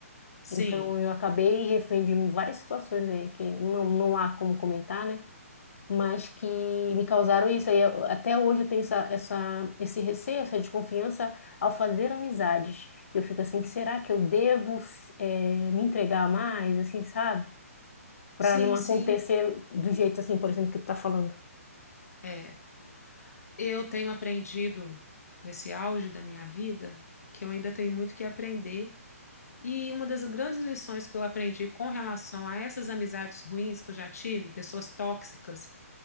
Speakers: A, on the left (about 80°); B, on the left (about 65°).
A: sim,
B: Então, eu acabei refém de várias situações aí que não, não há como comentar, né? Mas que me causaram isso. Aí, eu- até hoje eu tenho essa, essa, esse receio, essa desconfiança ao fazer amizades. Eu fico assim, será que eu devo eh, me entregar mais, assim, sabe? Para
A: sim,
B: não acontecer
A: sim.
B: do jeito assim, por exemplo, que tu tá falando.
A: É, eu tenho aprendido nesse auge da minha vida que eu ainda tenho muito que aprender. E uma das grandes lições que eu aprendi com relação a essas amizades ruins que eu já tive, pessoas tóxicas,